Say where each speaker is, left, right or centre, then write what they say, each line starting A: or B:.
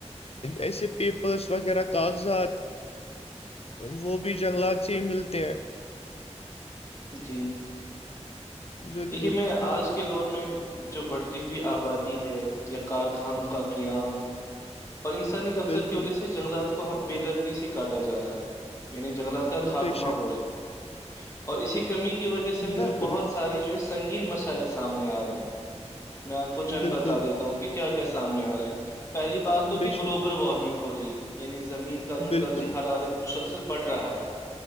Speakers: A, on the left; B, on the left.
A: ایسے پیپرس وغیرہ کاغذات وہ بھی جنگلات سے ہی ملتے ہیں
B: جی
A: بالکل
B: دیکھیے میں آج کے دور میں جو بڑھتی ہوئی آبادی ہے یا کارخانوں کا قیام اور انسانی گغفلت
A: بالکل
B: کی وجہ سے جنگلات کو بے دردی سے کاٹا جا رہا ہے یعنی جنگلات کا خاتمہ
A: بے شک
B: ہو رہا ہے اور اسی کمی کی وجہ سے نا
A: بالکل
B: بہت سارے جو ہے سنگین مسائل سامنے آ رہے ہیں میں آپ کو چند
A: بالکل،
B: بتا دیتا ہوں کہ کیا کیا سامنے آ رہا ہیں پہلی بار بات تو
A: بے
B: کہ
A: شک،
B: گلوبل وارمنگ ہو رہی ہے یعنی زمین کا جو
A: بالکل،
B: درج حرارت مسلسل بڑھ رہا ہے